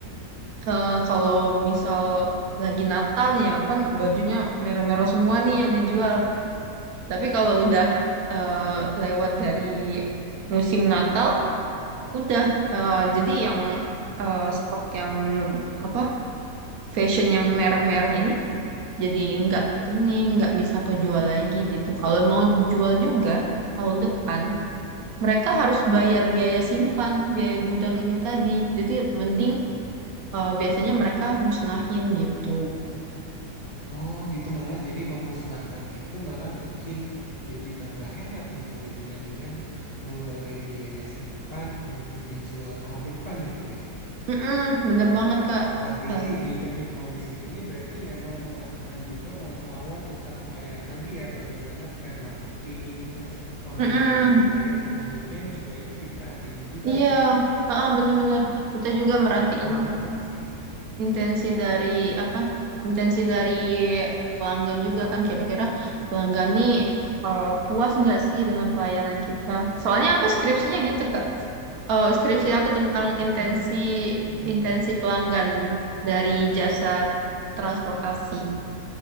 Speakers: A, on the right (about 65°); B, on the left (about 65°).
A: eh, kalau misal lagi Natal nih ya kan bajunya merah-merah semua nih yang dijual. Tapi kalau udah eh, lewat dari musim Natal, udah eh, jadi yang eh, stok yang apa fashion yang merah-merah ini jadi nggak ini nggak bisa kejual lagi gitu. Kalau mau dijual juga tahun depan, mereka harus bayar biaya simpan, biaya gudang ini tadi. Jadi mending eh, biasanya mereka musnahin gitu.
B: Oh, gitu malah jadi memusnahkan itu malah bikin jadi tambah hemat gitu ya dibandingkan ngeluarin biaya simpan untuk dijual tahun depan gitu ya.
A: Mm-mm, bener banget Kak.
B: Wah, berarti
A: Apalagi-
B: di teknik logistik ini berarti memang memasukkan juga pengetahuan tentang kayak tadi ya bagaimana tren marketing, terus pengaruh
A: Mm-mm.
B: dari budaya ke pembelian juga itu diperhatiin juga
A: Iya,
B: ya.
A: heeh, bener-bener. Kita juga
B: Wah,
A: merhatiin
B: unik banget sih.
A: intensi dari apa? Intensi dari pelanggan juga kan kira-kira pelanggan nih eh, puas nggak sih dengan pelayanan kita? Soalnya aku skripsinya gitu Kak. Eh, skripsi aku tentang
B: Oh.
A: intensi
B: <laughs>
A: intensi pelanggan dari jasa transportasi